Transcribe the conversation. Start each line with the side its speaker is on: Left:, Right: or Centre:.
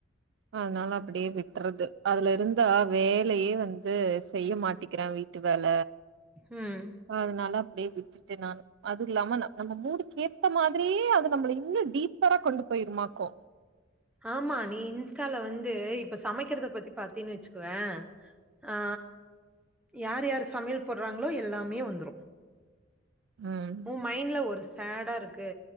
Right: அதனால அப்டியே விட்றது அதுல இருந்தா வேலயே வந்து செய்ய மாட்டிக்கிறே வீட் ட்டு வேல
Centre: ம்
Right: அதனால அப்டியே விட்டுட்டே நானு அதும் இல்லாம நா நம்ம மூடுக்கு ஏத்த மாதிரியே அது நம்மள இன்னு டீப்பரா கொண்டு போயிருமாக்கு
Centre: ஆமா நீ இன்ஸ்டால வந்து இப்ப சமைக்கிறத பத்தி பாத்தேன்னு வச்சுக்குவே ஆ யார் யார் சமையல் போடுறாங்களோ எல்லாமே வந்துரு
Right: ம்
Centre: ஓ மைண்ட்ல ஒரு சேடா இருக்கு